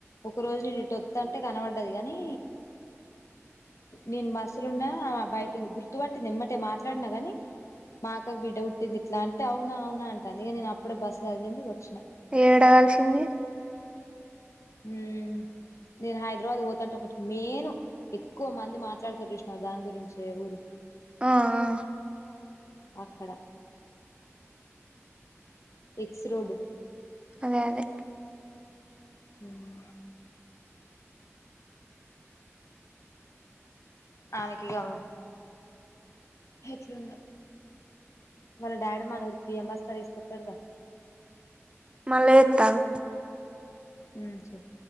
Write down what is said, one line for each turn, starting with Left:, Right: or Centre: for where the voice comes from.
Left: ఒక రోజు నేను ఇటోత్తంటే కనపడ్డది కానీ నేను బసులున్నా బయట ఉంది గుర్తుపట్టింది ఎమ్మటే మాట్లాడినా కాగాని మా అక్కకు బిడ్డ పుట్టింది ఇట్లా అంటే అవునా అవునా అంటాంది ఇక నేను అప్పుడే బస్సు కదిలింది వచ్చిన
Right: ఏడల్సింది.
Left: ఉం నేను హైదరాబాద్ పోతుంటే ఒకటి మెయిన్ ఎక్కువ మంది మాట్లాడుతారు చుసినవ దానీ గురించే ఊరు
Right: ఆ ఆ
Left: అక్కడ ఎక్స్ రోడ్
Right: అదే అదే
Left: ఉం ఆమెకి కా <unintelligible> ఎట్లుందో వాళ్ళ డాడీ మనూరికి బియ్యం బస్తాలు వేసుకొత్తడుగా
Right: మళ్ళ చేత్త ఆగు
Left: ఉం చెయ్